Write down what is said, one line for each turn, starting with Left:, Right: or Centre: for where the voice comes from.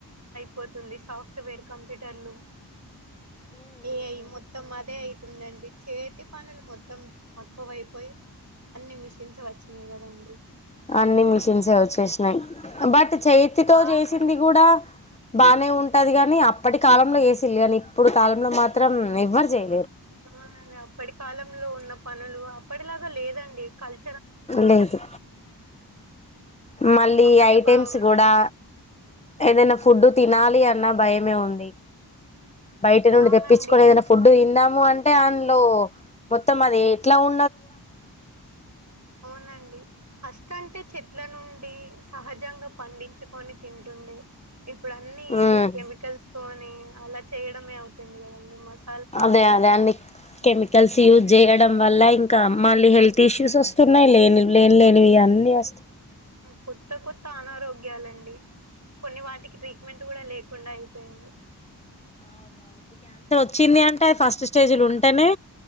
Right: అయిపోతుంది సాఫ్ట్వేర్ కంప్యూటర్లు ఏ ఐ మొత్తం అదే అవుతుందండి చేతి పనులు మొత్తం తక్కువైపోయి అన్ని మిషిన్స్ వచ్చినాయి కదండి
Left: అన్ని మిషన్స్ ఏ వచ్చేసినాయి బట్ చేతితో
Right: చా
Left: చేసింది కూడా బానే ఉంటాది కాని అప్పటి కాలంలో ఏ సి లేవు ఇప్పుడు కాలంలో మాత్రం ఎవ్వరు చేయ
Right: అవున అప్పటి కాలంలో ఉన్న పనులు అప్పటిలాగా లేదండి కల్
Left: లేదు మళ్ళీ
Right: అప్పుడే
Left: ఐటెమ్స్
Right: బాగుండే
Left: కూడా ఏదైనా
Right: అవునండి
Left: ఫుడ్ తినాలి అన్న భయమే ఉంది <unintelligible> బయట నుండి
Right: అవునండి
Left: తెప్పించుకొని ఏదైనా ఫుడ్ తిందాము అంటే లో మొత్తం అది ఎట్లా ఉ
Right: అవునండి ఫస్ట్ అంటే చె ట్ల నుండి సహజంగా పండించుకొని తింటుండే ఇప్పుడు అన్ని
Left: ఉమ్
Right: కెమికల్స్ పోని అలా చేయడమే అవుతుంది కదండి మస్
Left: అదే అదే అన్ని కెమికల్స్ యూజ చేయడం వల్ల ఇంకా మళ్ళీ హెల్త్ ఇష్యూస్ వస్తున్నాయి లేని లేని లేనివి అన్నీ వ
Right: కొత్త కొత్త అనారోగ్య గాలండి కొన్ని వాటికి ట్రీట్మెంట్ కూడా లేకుండా అయిపోయింది
Left: వ చిింది అంటే ఫస్ట్ స్టేజ్లో ఉంటేనే